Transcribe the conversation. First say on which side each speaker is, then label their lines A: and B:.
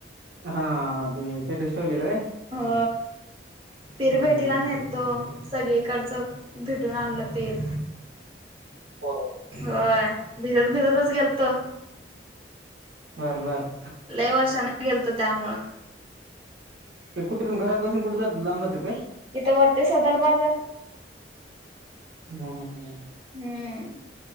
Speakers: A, on the right; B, on the right.
A: हा सेलेलं का
B: हो पिर
A: हम्म
B: भेटीला
A: हम्म
B: नेलं
A: हम्म
B: तो. सगळीकडच भेटून आणलं तेेर
A: होय
B: होय भिजत भिजतच गेलतो.
A: बर बर.
B: लईवर्षा न गेलतो त्यामुळ
A: ते कुठून घरापासुन कुठ जात लांब जात काय
B: इथं वरते सदर बाजार
A: हम्म हम्म
B: हम्म